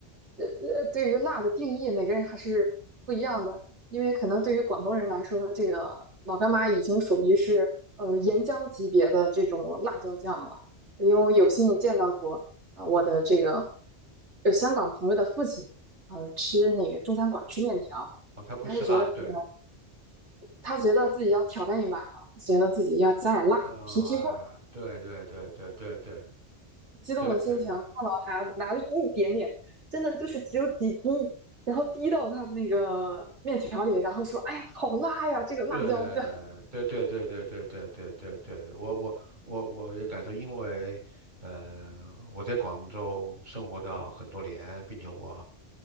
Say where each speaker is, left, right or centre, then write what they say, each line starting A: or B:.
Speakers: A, on the right; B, on the right.
A: 呃呃，对于辣的定义，每个人还是不一样的，因为可能对于广东人来说，这个老干妈已经属于是呃岩浆级别的这种辣椒酱了，因为我有幸见到过，呃，我的这个呃香港朋友的父亲，呃，吃那个中餐馆儿吃面条，
B: 哦，他不吃辣，
A: 他是觉得这个。
B: 对，
A: 他觉得自己要挑战一把了，觉得自己要加点辣，
B: 啊、
A: 提提味儿。
B: 对对对对对对
A: 激动的心情看到他拿了一点点，
B: 对对
A: 真的就是只有几滴，然后滴到他那个面条里，然后说：“哎呀，好辣呀，这个辣椒酱。
B: 对对对对对对对对对对，
A: <laughs>”
B: 我我我我也感受，因为呃我在广州生活到很多年，并且我